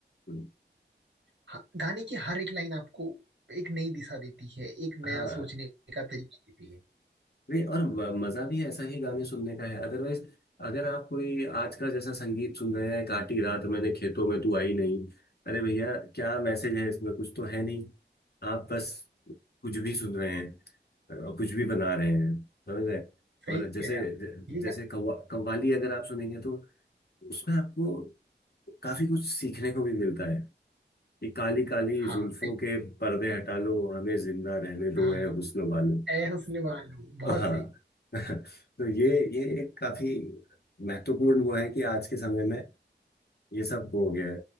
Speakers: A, on the left; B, on the right.
A: तो,
B: हाँ, गाने की हर एक लाइन आपको एक नई दिशा देती है एक
A: हाँ
B: नया सोचने का तरीका देती है
A: नहीं और म- मजा भी ऐसा ही गाने सुनने का है अदरवाइज अगर आप कोई आज का जैसा संगीत सुन रहे हैं काटी रात मैंने खेतों में तू आई नहीं अरे भैया क्या मैसेज है इसमें कुछ तो है नहीं आप बस कुछ भी सुन रहे हैं और कुछ भी बना रहे हैं समझ रहे हैं
B: सही
A: और
B: कह
A: जैसे
B: रहे हैं आप ये
A: जैसे
B: गा-
A: कव्वा, कव्वाली अगर आप सुनेंगे तो उसमें आपको काफी कुछ सीखने को भी मिलता है कि काली काली
B: हाँ
A: जुल्फों
B: सही
A: के पर्दे हटा लो हमें जिंदा रहने दो
B: हाँ
A: है हुस्न वालों
B: ऐ हुस्न वालो बहुत
A: हाँ
B: सही
A: <laughs> तो ये ये एक काफी महत्वपूर्ण वो है कि आज के समय में ये सब हो गया है